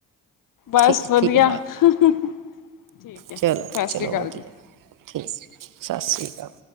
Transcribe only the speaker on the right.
ਠੀਕ
ਠੀਕ ਹੈ ਬਾਏ
ਚਲੋ
ਚਲੋ
ਵਧੀਆ
ਠੀਕ ਸਤਿ ਸ਼੍ਰੀ ਅਕਾਲ